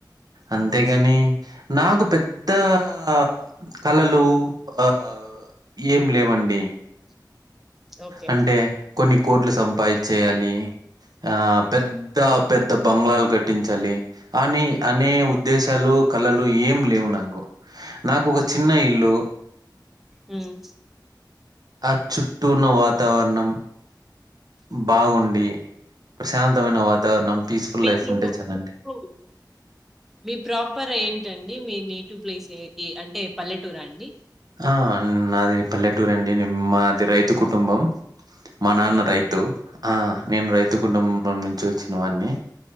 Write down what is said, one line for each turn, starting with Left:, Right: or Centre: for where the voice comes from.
Centre: హ్మ్.
Right: అంతేగాని నాకు పెద్దా ఆ కళలు ఆ ఏం లేవండి
Centre: ఓకే.
Right: అంటే కొన్ని కోట్లు సంపాదించేయాలి ఆ పెద్ద పెద్ద బంగ్లాలు కట్టించాలి అని అనే ఉద్దేశాలు క లలు ఏం లేవు నాకు. నాకు ఒక చిన్న
Centre: హ్మ్.
Right: ఇల్లు
Centre: హ్మ్.
Right: ఆ చుట్ ట్టున్నా వాతావరణం బావుండి ప్రశాంతమైన వాతావరణం, పీస్ఫుల్
Centre: మీరు
Right: లైఫ్ ఉంటే చాలండి.
Centre: మీకు మీ ప్రాపర్ ఏంటండి. మీ నేటివ్ ప్లేస్ ఎ అంటే పల్లెటూరా అండి?
Right: ఆ నాది పల్లెటూరు అండి, మాది రైతు కుటుంబం. మా నాన్న
Centre: అవునండి.
Right: రైతు ఆ నేను రైతు కుటుంబం నుంచి వచ్చిన వాన్ని.